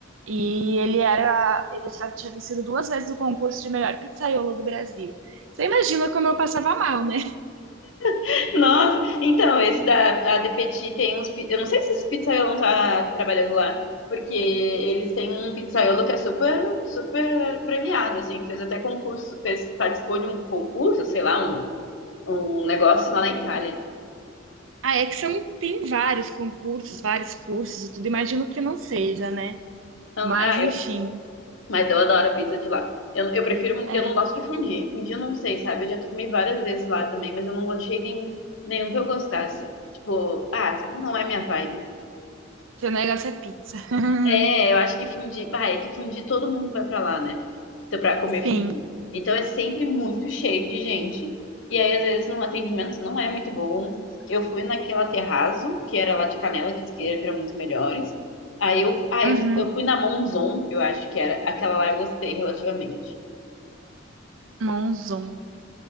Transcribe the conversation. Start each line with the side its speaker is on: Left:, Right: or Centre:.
Right: E ele era, ele já tinha vencido duas vezes o concurso de melhor pizzaiolo do Brasil. Você imagina como eu passava mal, né?
Left: <laughs> Nossa, então, esse da a De Petit tem uns. pi- Eu não sei se esse pizzaiolo não tá trabalhando lá, porque eles têm um pizzaiolo que é super, super premiado, assim, fez até concurso, fez, participou de um concurso, sei lá, um, um negócio lá na Itália.
Right: A Exxon tem vários concursos, vários cursos e tudo. Imagino que não seja, né?
Left: Então,
Right: Mas
Left: ah,
Right: enfim,
Left: Mas eu adoro a pizza de lá. Eu, eu prefiro,
Right: é,
Left: eu não gosto de fundir. Fundir eu não sei, sabe? Eu já tô comi várias vezes lá também, mas eu não gostei nenhum, nenhum que eu gostasse. Tipo, ah, não é minha vibe.
Right: seu negócio é pizza. <laughs>
Left: É, eu acho que fundir, bah, é que fundir todo mundo vai pra lá, né? Então, pra comer
Right: Sim.
Left: fundir. Então é sempre muito cheio de gente. E aí, às vezes, no atendimento não é muito bom. Eu fui naquela terrazzo, que era lá de Canela, que diz que era muito melhores. Aí eu, ah,
Right: Uhum.
Left: eu, eu fui na Monzon, eu acho que era. Aquela lá eu gostei relativamente.
Right: Monzon.